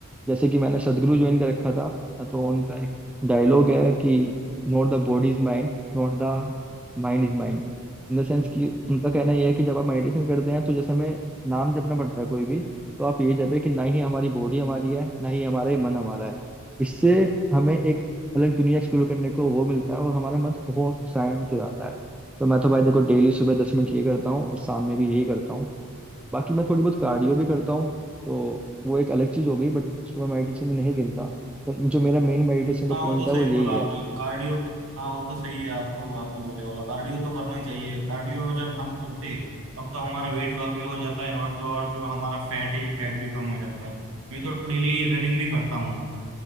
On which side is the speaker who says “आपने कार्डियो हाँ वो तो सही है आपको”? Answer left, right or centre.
Right